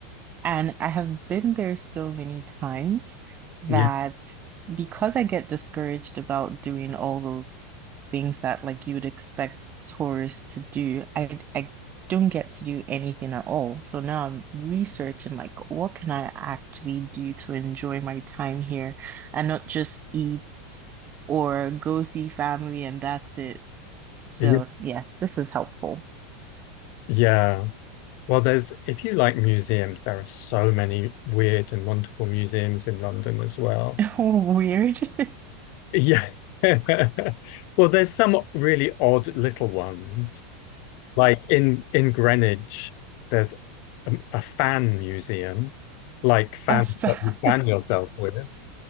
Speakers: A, on the right; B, on the left.
A: And I have been there so many times that
B: Yeah.
A: because I get discouraged about doing all those things that like you would expect tourists to do, I I don't get to do anything at all. So now I'm researching like what can I actually do to enjoy my time here and not just eat or go see family and that's it. So
B: Y-
A: yes, this is helpful.
B: Yeah. Well, there's, if you like museums, there are so many weird and wonderful museums in London as well.
A: <laughs> Weird. <laughs>
B: Yeah. <laughs> Well, there's some really odd little ones. Like in in Greenwich, there's a, a fan museum, like fans
A: A fact.
B: that you fan yourself with,